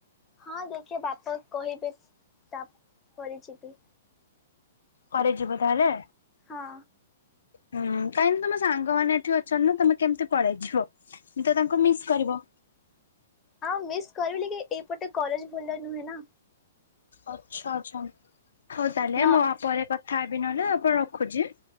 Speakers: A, on the left (about 20°); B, on the left (about 65°).
A: ହଁ ଦେଖିଆ ବାପାଉ କହିବେ ତା ପରେ ଯିବି।
B: ପରେ ଯିବ ତାହେଲେ?
A: ହଁ।
B: <unintelligible> ହୁଁ କାହିଁକି ନା ତମ ସାଙ୍ଗମାନେ ଏଠି ଅଛନା ତମେ କେମ୍ତି ପଳେଇଯିବ ମେ ତ ତାଙ୍କୁ ମିସ୍ କରିବ।
A: ହଁ ମିସ୍ କରିବି ଲେକି ଏଇପଟେ କଲେଜ ଭଲ ନୁହେଁ ନା।
B: ଆଚ୍ଛା ଆଚ୍ଛା ହଉ ତାହେଲେ
A: ନ
B: ମୁଁ ଆ ପରେ କଥା ହେବି ନହେଲେ ଆପଣ ରଖୁଛି।